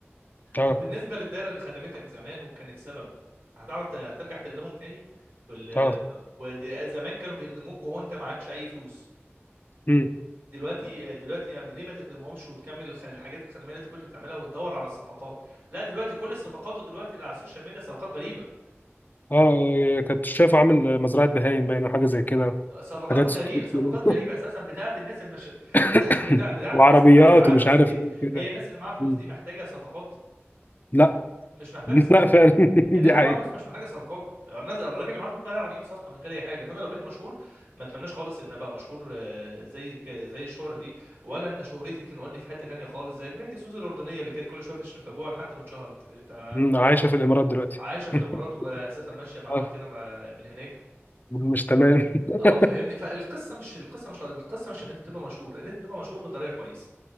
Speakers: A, on the left; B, on the right.
A: اه
B: طب بالنسبه للدايره اللي خدمتك زمان وكانت سبب هتعرف ت- هترجع تخدمهم تاني بال...
A: اه
B: ب... ود... زمان كانوا بيخدموك وهو انت معكش اي فلوس
A: مم.
B: دلوقتي دلوقتي أما ليه ما تخدمهمش وتكمل الخ- الحاجات الخدميه اللي انت كنت بتعملها وتدور على الصفقات لا دلوقتي كل الصفقات دلوقتي اللي على السوشيال ميديا صفقات غريبه
A: اه كنت شايفه عامل مزرعة بهايم باين أو حاجة زي كده
B: صفقات
A: حاجات
B: غريبه
A: 600
B: صفقات
A: كيلو
B: غريبه اساسا بتاعه الناس المش <coughs>
A: <laughs>
B: بتاع بتاعه
A: وعربيات
B: الناس اللي مع- اللي معاها
A: ومش
B: فلوس
A: عارف
B: كتير
A: ايه كده
B: هي الناس اللي معاها فلوس
A: مم.
B: دي محتاجه صفقات
A: لا
B: مش محتاج
A: <laughs>
B: صفقات
A: لا فعلا <laughs>
B: الناس
A: دي
B: اللي
A: حقيقة
B: معاها فلوس مش محتاجه صفقات الناس الراجل اللي معاه فلوس ده هيعرف يجيب صفقه من غير اي حاجه فانا لو بقيت مشهور ما اتمناش خالص ان ابقى مشهور آه، زي ك- زي الشهره دي ولا ان شهرتي تنقلني في حته تانيه خالص زي البنت سوزي الاردنيه اللي كانت كل شويه بتشتم في ابوها لحد ما اتشهرت تع-
A: مم، عايشة في الإمارات دلوقتي
B: عايشه في
A: <laughs>
B: الامارات واساسا ماشيه مع
A: آه،
B: واد كده مع- من هناك
A: مش تمام <laughs>
B: اه فاهمني فالقصه مش القصه مش القصه مش ان انت تبقى مشهور ان انت تبقى مشهور بطريقه كويسه